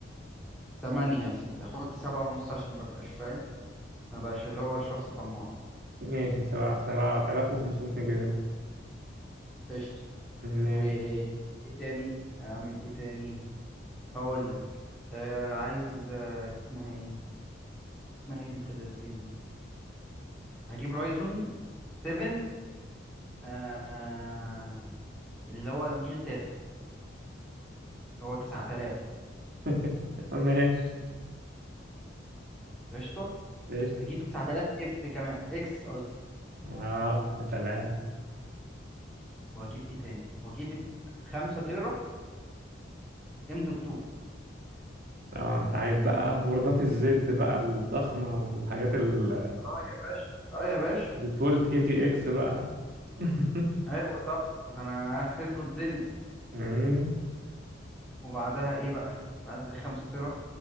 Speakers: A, in the centre; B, on the right.
A: 8 يا سيدي هحط 7 ونص عشان ما بقاش فاهم ما بقاش اللي هو شخص طماع
B: ماشي 7 7500 ميجا هرتز
A: قشطة
B: ماشي
A: و ايه تاني اعمل ايه تاني هقول لك آه عايز آه اسمها ايه اسمها ايه بنت اللذينه دي هجيب رايزون 7 آه اللي هو الجيل التاسع هو 9000
B: <laughs> ماشي
A: قشطة
B: قشطة
A: هجيب 9000 اف كمان اكس قصدي
B: اه تلاتة
A: وهجيب ايه تاني وهجيب 5 تيرا ام دوت 2
B: اه انت عايز بقى بوردات الزد بقى الضخمة والحاجات ال-
A: اه يا باشا اه يا باشا
B: الفولت اي تي اكس بقى <laughs>
A: ايوه طب ده انا اخرب الدنيا
B: مم.
A: وبعدها ايه بقى بعد ال 5 تيرا